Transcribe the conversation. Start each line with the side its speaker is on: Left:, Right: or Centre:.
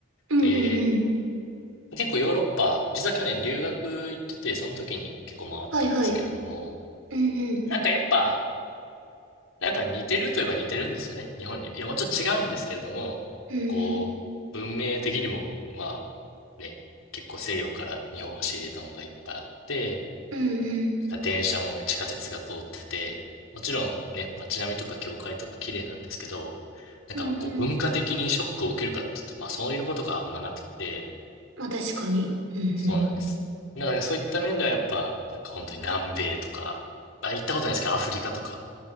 Right: うんうんうん。
Left: で、結構ヨーロッパ、実は去年留学行ってて、その時に結構回ったんですけれども、
Right: はいはい。うんうん。
Left: なんかやっぱ、なんか似てるといえば似てるんですよね、日本に。いや、もちろん違うんですけれども、
Right: うん
Left: こう、文明的にも、まあ、ね、結構西洋から日本は仕入れたものがいっぱいあって、
Right: うん。うんうん。
Left: なんか電車も地下鉄が通ってて、もちろんね、街並みとか教会とか綺麗なんですけど、なんかこう文化的にショックを受けるかっていうと、
Right: うんうん。
Left: まあそういうことがあんまなくて、
Right: まあ確かに。うんうん。
Left: そうなんです。だからそういった面ではやっぱ、なんか本当に南米とか、まあ行ったことないですけど、アフリカとか、